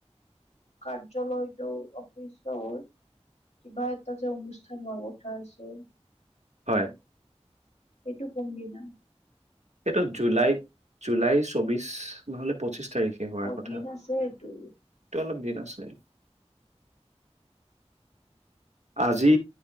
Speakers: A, on the left; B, on the right.
A: কাৰ্যালয়টো অফিচৰ কিবা এটা যে অনুষ্ঠান হোৱা কথা আছে।
B: হয়।
A: এইটো কোনদিনা।
B: সেইটো জুলাই জুলাই চৌবিশ নহলে পঁচিশ তাৰিখে হোৱাৰ
A: অ
B: কথা
A: দিন আছে এইটো
B: তটো অলপ দিন আছ। আছে। আজি।